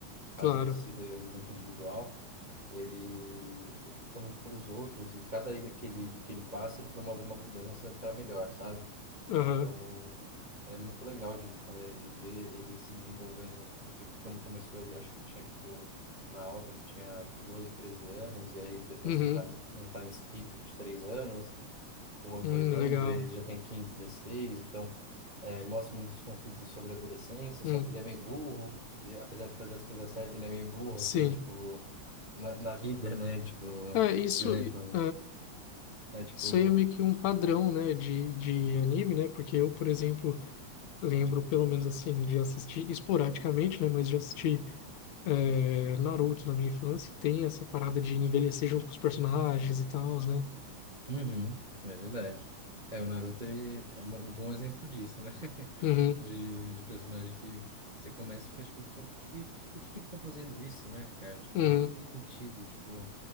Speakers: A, on the left; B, on the right.
A: Claro.
B: às vezes se vê muito individual. Ele, ele luta muito pelos outros e cada ilha que ele, que ele passa, ele promove uma mudança para melhor, sabe?
A: Aham.
B: Então, é muito legal de, é, de ver ele se desenvolvendo, porque quando começou ele, acho que ele tinha, tipo, na obra ele tinha 12 13 anos, e aí depois
A: Uhum.
B: tem time- um time skip de 3 anos, ou
A: Hum,
B: dois anos,
A: legal.
B: eh, ele já tem 15 16 então é, mostra muitos conflitos sobre a adolescência,
A: Hum.
B: só que ele é meio burro, e, apesar de fazer as coisas certas, ele é meio burro,
A: Sim.
B: assim, tipo, na, na vida, né? Tipo,
A: É, isso,
B: por exemplo,
A: é,
B: né? Tipo,
A: isso aí é meio que um padrão, né, de, de anime, né? Porque eu, por exemplo, lembro, pelo menos assim, de assistir esporadicamente, né? Mas de assistir. é, Naruto na minha infância tem essa parada de envelhecer junto com os personagens e tal, né?
B: Uhum, é verdade. É, o Naruto ele é mo- um bom exemplo disso, né? <laughs>
A: Uhum,
B: De, de personagem que você começa e fica tipo, pô, por que, por que que ele tá fazendo isso, né, cara? Tipo,
A: uhum,
B: não tem sentido, tipo,